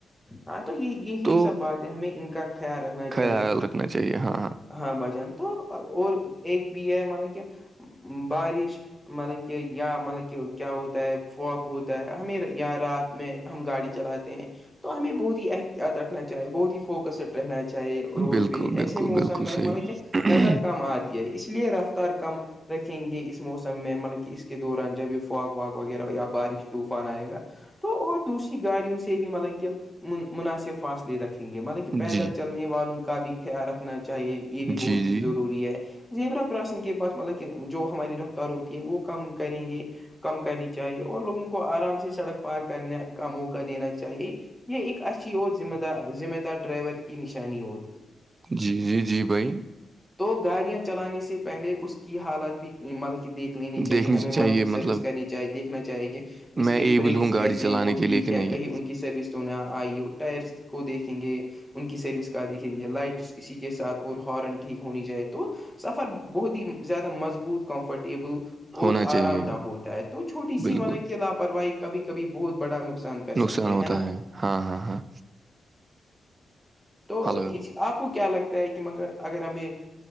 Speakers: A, in the centre; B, on the right.
A: ہاں تو یہ یہی
B: تو
A: سب بات ہے ہمیں ان کا خیال رکھنا
B: خیال
A: چاہیے
B: رکھنا چاہیے ہاں
A: ہاں بجن تو اور ایک بھی ہے ملب کیا بارش مطلب کہ یا مطلب کہ کیا ہوتا ہے فوگ ہوتا ہے ہمیر یا رات میں ہم گاڑی چلاتے ہیں تو ہمیں بہت ہی احتیاط رکھنا چاہیے بہت ہی فوک کسٹ رہنا چاہیے روڈ
B: بالکل
A: پہ
B: بالکل
A: ایسے موسم
B: بالکل
A: میں
B: صحیح
A: مطلب کہ نظر کم آتی ہے اس لیے رفتار کم رکھیں گے اس موسم میں مطلب کہ اس کے دوران جب یہ فاک واک وغیرہ یا بارش طوفان آئے گا تو اور دوسری گاڑیوں سے بھی مطلب کہ مناسب فاصلے لے رکھیں گے مطلب کہ پیدل
B: جی
A: چلنے والوں کا بھی خیال رکھنا چاہیے
B: جی
A: یہ بھی بہت
B: جی
A: ہی ضروری ہے زیبرا کراسنگ کے بعس مطلب کہ جو ہماری رفتار ہوتی ہے وہ کم کریں گے کم کرنی چاہیے اور لوگوں کو آرام سے سڑک پار کرنے کا موقع دینا چاہیے یہ ایک اچھا ذمہ دار ذمہ دار ڈرائیور کی نشانی ہو
B: جی جی جی بھائی
A: تو گاڑیاں چلانے سے پہلے اس کی حالت بھی مطلب دیکھ لینی چاہیے
B: دیکھنی
A: ہمیں مالک کی سروس
B: مطلب
A: کرنی چاہیے دیکھنا چاہے کہ
B: میں
A: اس کے
B: ایبل
A: بریکس
B: ہوں
A: کا
B: گاڑی
A: کیسے
B: چلانے
A: ہیں وہ
B: کے
A: ٹھیک
B: لیے کہ نہیں
A: ہے کہیں ان کی سروس تو نہ آئی ہو ٹائرس کو دیکھیں گے ان کی سروس کہ دیکھیں گے لائٹ اسی کے ساتھ اور ہارن ٹھیک ہونی جائے تو سفر بہت ہی زیادہ مضبوط کمفرٹیبل اور
B: ہونا چاہیے
A: آرام دہ ہوتا ہے تو چھوٹی
B: بالکل
A: سی ملب کہ لاپرواہی کبھی کبھی بہت بڑا نقصان کر سکتے
B: نقصان
A: ہیں
B: ہوتا
A: نا
B: ہے ہاں ہاں ہاں
A: تو
B: ہلو
A: آپ کو کیا لگتا ہے کہ مگر اگر ہمیں